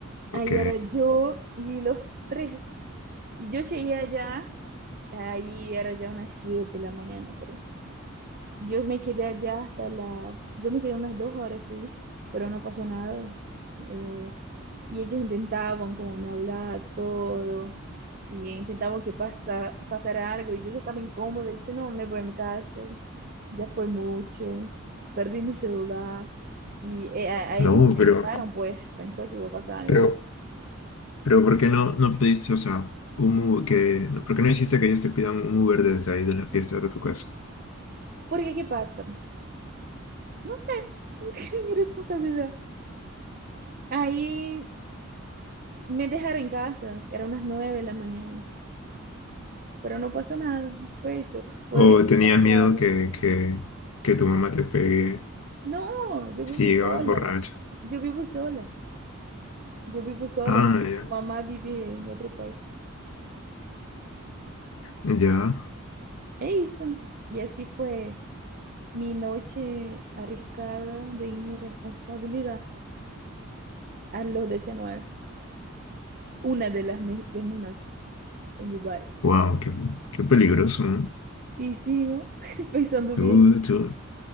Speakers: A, on the right; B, on the left.
A: Ahí
B: ok.
A: era yo y los tres. Y yo llegué allá, ahí era ya unas 7 de la mañana, pero Yo me quedé allá hasta las, yo me quedé unas dos horas, sí, pero no pasó nada. Eh, y ellos intentaban como me hablar todo, y intentaban que pasa, pasara algo, y yo ya estaba incómoda, y dice, no, me voy a mi casa, ya fue mucho, perdí mi celular, y eh, a, a
B: No,
A: ellos no le
B: pero,
A: gustaron, pues pensó que iba a pasar algo.
B: pero, pero ¿por qué no, no pediste, o sea, un Uber que, no, ¿por qué no hiciste que ellos te pidan un Uber desde ahí de la fiesta hasta tu casa?
A: Porque, ¿qué pasa? No sé, <laughs> mi responsabilidad. Ahí me dejaron en casa, eran unas nueve de la mañana. pero no pasó nada, fue eso. Podría
B: ¿O
A: haber
B: tenías
A: pasado.
B: miedo que, que, que tu mamá te pegue
A: No, yo
B: si
A: vivo
B: llegabas
A: sola,
B: borracha?
A: yo vivo sola, yo vivo sola.
B: Ah, ya,
A: Mi mamá vive en otro país.
B: ya.
A: É isso. Y así fue mi noche arriesgada de irresponsabilidad a los diecinueve Una de las mi- de mis noches. Tengo varias.
B: Wow, qué, qué peligroso, ¿no?
A: Y sí, ¿no? <laughs> Pensando
B: Tú-
A: bien.
B: tú-